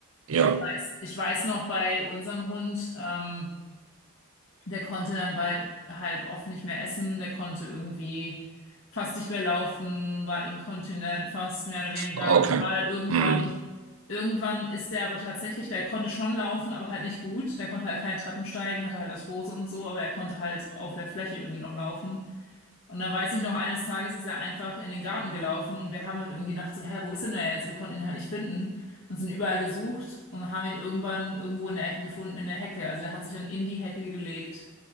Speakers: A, on the right; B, on the left.
A: Ja,
B: Ich weiß, ich weiß noch bei unserem Hund, ähm, Der konnte dann bald halt oft nicht mehr essen, der konnte irgendwie fast nicht mehr laufen, war inkontinent fast mehr oder weniger
A: okay.
B: und war dann irgendwann,
A: Hm.
B: irgendwann ist der aber tatsächlich, der konnte schon laufen, aber halt nicht gut, der konnte halt keine Treppen steigen, hatte halt Arthrose und so, aber er konnte halt auf der Fläche irgendwie noch laufen. Und dann weiß ich noch, eines Tages ist er einfach in den Garten gelaufen und wir haben halt irgendwie gedacht so, hä, wo ist denn der jetzt? Wir konnten ihn halt nicht finden und sind überall gesucht und haben ihn irgendwann irgendwo in der Ecke gefunden, in der Hecke. Also der hat sich dann in die Hecke gelegt